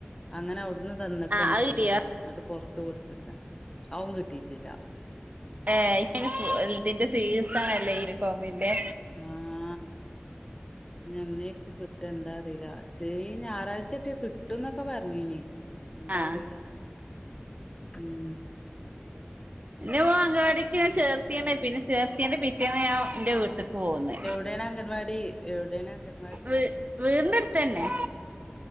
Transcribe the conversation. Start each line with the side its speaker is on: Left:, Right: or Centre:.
Left: അങ്ങനെ അവുട്ന്ന് തന്നക്കാണ്
Right: ആഹ് അത്
Left: ശീല
Right: കിട്ടിയോ
Left: ഇന്നട്ട് പൊറത്ത് കൊടുത്തക്കാ അവും കിട്ടിയിട്ടില്ല
Right: ഏ ഇപ്പയ്ന് ഇതിന്റെ സീസണല്ലേ യൂണിഫോമിന്റെ
Left: ആഹ് ഇഞ്ഞ് അന്നേക്കും കിട്ട എന്താ അറീല്ല ച്ചേ ഈ ഞായറാഴ്ചച്ചേ കിട്ട് കിട്ടുന്നൊക്കെ പറഞ്ഞീനി എന്താ
Right: ആഹ്
Left: അറീല്ല ഉം
Right: എന്റെ മോൻ അംഗവാടിക്ക് ഞാൻ ചേർത്തീണ് പിന്നെ ചേർത്തിയ്ന്റെ പിറ്റോന്ന് ഞാൻ ഇന്റെ വീട്ട്ക്ക് പോന്ന്
Left: വിടേണ് അംഗൻവാടി എവുടെയാണ് അങ്കൻവാ
Right: വ് വീന്റെട്ത്തന്നെ